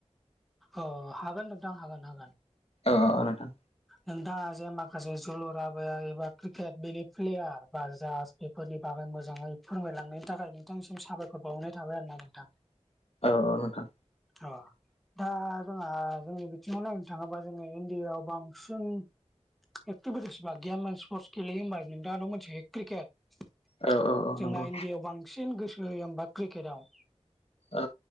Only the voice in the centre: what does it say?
अ हागोन नोंथां हागोन हागोन
नोंथाङा जे माखासे जोलुआबोया <unintelligible> एबा क्रिकेट बेनि प्लेयार बा जा बेफोरनि बागै मोजाङै फोरमायलांनायनि थाखाय नोंथांसिम साबायखर बावनाय थाबाय आरो ना नोंथां
अ दा जोंहा जोंनि बिथिङाव नायनो थाङोबा जोङो इण्डियाव बां सिन एक्टिभिटिस बा गेम एन्ड स्पर्टस गेलेयो होमबा नोंथाङाथ' मोनसे क्रिकेट
जोंना
इण्डियाआव बांसिन गोसो होयो होमबा क्रिकेटआव